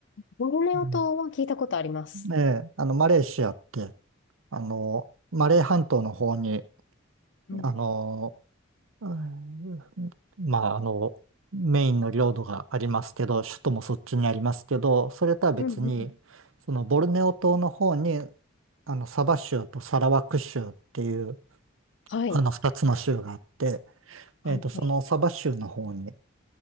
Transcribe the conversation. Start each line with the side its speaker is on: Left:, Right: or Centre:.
Left: ボルネオ島は聞いたことあります。
Right: うんええ、あの、マレーシアって、あの、マレー半島の方に、
Left: うん、
Right: あの、うんまあ、あの、メインの領土がありますけど、首都もそっちにありますけど、それとは別に、
Left: うんうん
Right: そのボルネオ島の方に、あの、サバ州とサラワク州っていう、
Left: はい。
Right: あの、二つの州があって、
Left: はい。
Right: えっと、そのサバ州の方に、
Left: はい。